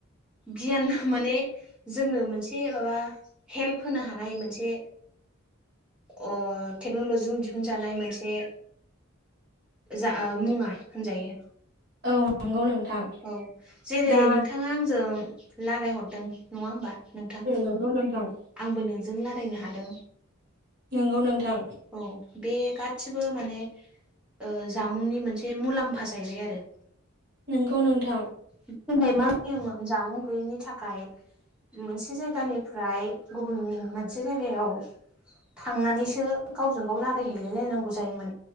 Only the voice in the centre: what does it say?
गियान माने जोंनो मोनसे माबा हेल्प होनो हानाय मोनसे अ टेक्न'लजिजों दिहुनजानाय मोनसे जा ओ मुङा होनजायो।
औ जेरै
नोंथाङा आंजों रायलायहरदों नङा होमबा नोंथां।
आंबो नोंजों रायल्लायनो हादों।
औ बे गासिबो माने ओ जामुंनि मोनसे मुलाम्फा जाहैबाय आरो।
गोदोहाय मा होयोमोन जामुं गैयैनि थाखाय मोनसे जायगानिफ्राय गुबुन मोनसे जायगायाव थांनानैसो गावजों गाव रजायहैलाय लायनांगौ जायोमोन।